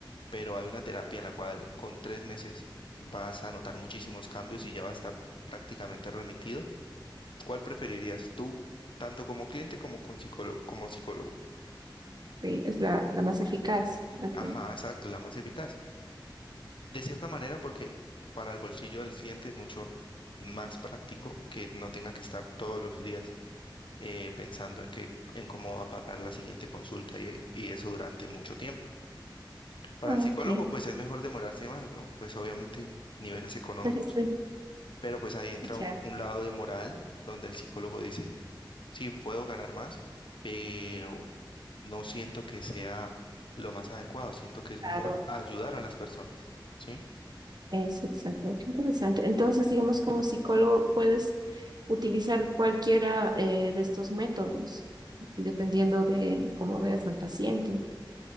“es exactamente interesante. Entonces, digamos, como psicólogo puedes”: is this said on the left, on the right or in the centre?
Right